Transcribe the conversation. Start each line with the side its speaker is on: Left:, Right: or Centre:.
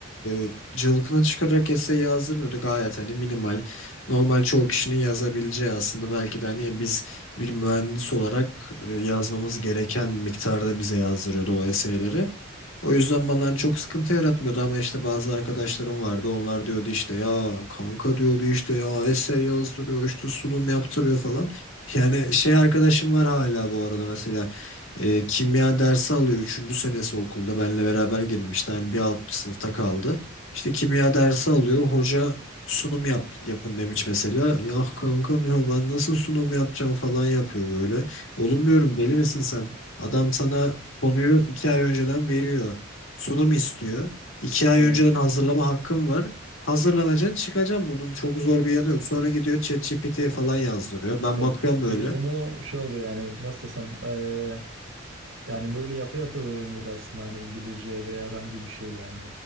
Left: e, cılkını çıkararak essay yazdırmıyordu. Gayet hani minimal. Normal çoğu kişinin yazabileceği aslında belki de hani biz bir mühendis olarak e, yazmamız gereken miktarda bize yazdırıyordu o essayleri. O yüzden bana hani çok sıkıntı yaratmıyordu ama işte bazı arkadaşlarım vardı. Onlar diyordu işte ya kanka diyordu işte ya essay yazdırıyor işte sunum yaptırıyor falan. Yani şey arkadaşım var hala bu arada mesela e, kimya dersi alıyor üçüncü senesi okulda benle beraber girmişti. Yani bir alt sınıfta kaldı. İşte kimya dersi alıyor hoca sunum yap, yapın demiş mesela. Ya kanka diyor ben nasıl sunum yapacağım falan yapıyor böyle. Oğlum diyorum deli misin sen? Adam sana konuyu iki ay önceden veriyor. Sunum istiyor. İki ay
Right: Evet.
Left: önceden hazırlama hakkım var. Hazırlanacaksın çıkacaksın. Bunun çok zor bir yanı yok. Sonra gidiyor ChatGPT'ye falan yazdırıyor. Ben
Right: E,
Left: bakıyorum böyle.
Right: Bir de bunu şey oluyor yani nasıl desem e, Yani böyle yapa yapa öğrenilir aslında hani İngilizce veya herhangi bir şey yani.